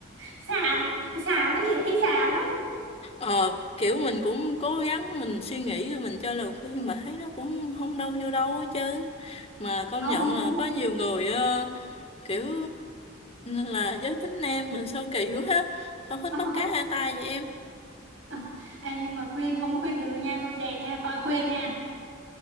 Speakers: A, on the right (about 70°); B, on the left (about 30°).
A: xàm xàm cái chị thấy xàm á
B: Ờ, kiểu mình cũng cố gắng mình suy nghĩ rồi mình cho lời khuyên mà thấy nó cũng không đâu vô đâu hết trơn. Mà công
A: không
B: nhận
A: mình
B: là
A: không
B: có nhiều người ờ, kiểu là giới tính nam mình sao kỳ quá ha. Sao hết
A: ờ,
B: bắt cá hai tay vậy em?
A: ờ. Ê, nhưng mà khuyên không khuyên được đâu nha thôi dẹp nha khỏi khuyên nha